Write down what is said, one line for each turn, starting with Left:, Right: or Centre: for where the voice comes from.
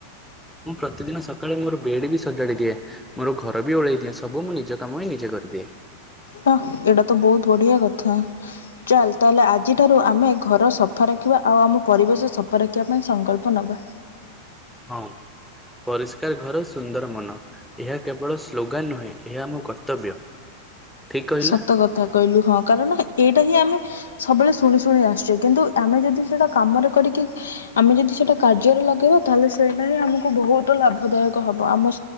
Centre: ମୁଁ ପ୍ରତିଦିନ ସକାଳେ ମୋର ବେଡ଼ ବି ସଜାଡି ଦିଏ। ମୋର ଘର ବି ଓଳେଇ ଦିଏ ସବୁ ମୁଁ ନିଜ କାମ ହିଁ ନିଜେ କରିଦିଏ।
Left: ହ ଏଇଟା ତ ବହୁତ ବଢିଆ କଥା। ଚାଲ୍ ତାହେଲେ ଆଜିଠାରୁ ଆମେ ଘର ସଫା ରଖିବା ଆଉ ଆମ ପରିବେଶ ସଫା ରଖିବା ପାଇଁ ସଂକଳ୍ପ ନେବା।
Centre: ହଁ ପରିଷ୍କାର ଘର ସୁନ୍ଦର ମନ। ଏହା କେବଳ ସ୍ଲୋଗାନ ନୁହେଁ ଏହା ଆମ କର୍ତ୍ତବ୍ୟ। ଠିକ୍ କହିଲି
Left: ସତ
Centre: ନା?
Left: କଥା କହିଲୁ ହଁ କାରଣ ଏଇଟା ହିଁ ଆମେ ସବୁବେଳେ ଶୁଣି ଶୁଣି ଆସୁଛେ କିନ୍ତୁ ଆମେ ଯଦି ସେଟା କାମରେ କରିକି। ଆମେ ଯଦି ସେଟା କାର୍ଯ୍ୟରେ ଲଗେଇବା ତାହେଲେ ସେଇଟା ହିଁ ଆମକୁ ବହୁତ ଲାଭଦାୟକ ହବ ଆମ